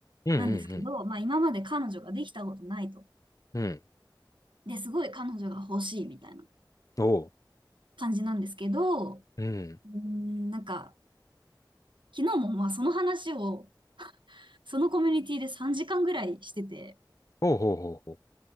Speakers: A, on the left; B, on the right.
A: うんうん
B: なんですけど、まあ、今まで彼女ができたことないと。
A: うん。うん。
B: で、すごい彼女が欲しいみたいな
A: おう。
B: 感じなんですけど、う
A: うん。
B: ーん、なんか、昨日もまあその話を、そのコミュニティで3時間ぐらいしてて、
A: おうほうほうほう。